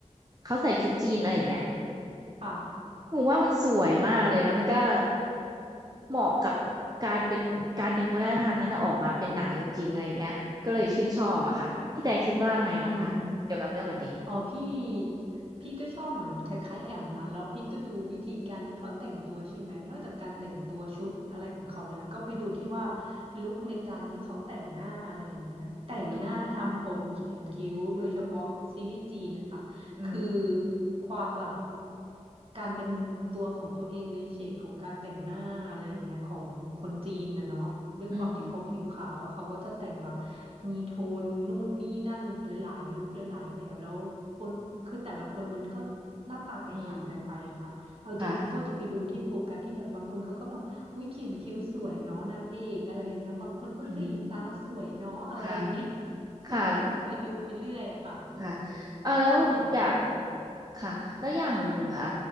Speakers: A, on the right; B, on the right.
A: เขาใส่ชุดจีนอะไรอย่างเงี้ย
B: ค่ะ
A: หนูว่ามันสวยมากเลยแล้วมันก็เหมาะกับการเป็นการดึงวัฒนธรรมนั้นน่ะออกมาเป็นหนังจริงๆอะไรเงี้ยก็เลยชื่นชอบอะค่ะพี่แต่คิดว่าไงบ้างคะเกี่ยวกับเรื่องแบบนี้
B: อืมอ๋อพี่พี่ก็ชอบเหมือนคล้ายๆแอมนั้นแล้วพี่ก็ดูวิธีการที่เขาแต่งตัวใช่ไหมนอกจากการแต่งตัวชุดอะไรของเขาแล้วก็ไปดูที่ว่าลุคในการที่เขาแต่งหน้าอะไรอย่างเงี้ยแต่งหน้าทำผมเขียนคิ้วโดยเฉพาะซีรีส์จีนนะคะ
A: อืมอืม
B: คือความแบบการเป็นตัวของตัวเองในเฉดของการแต่งหน้าอะไรอย่างเงี้ยของคนจีนนะเนาะด้วยความที่เขาผิวขาวอะเขาก็จะแต่งแบบ
A: อืม
B: มีโทนนู่นนี่นั่นหลายๆลุคหลายๆแบบแล้วคนคือแต่ละคนมันก็หน้าตาแตกต่างกันไปอะค่ะเราจะก็จะไปดูที่โฟกัสที่แบบบางคนเขาก็แบบอุ้ยเขียนคิ้วสวยเนาะนางเอกอะไรอย่างเงี้ยบางคนก็กรีดตาสวยเนาะอะไรอย่างเงี้ย
A: อืมค่ะอืมค่ะค่ะ
B: พี่ก็จะไปดูไปเรื่อยอะค่ะเออ
A: ค่ะอ่าแล้วอยาก
B: ก็อย่างที่บอกไป
A: ค่ะแล้วอย่างอ่า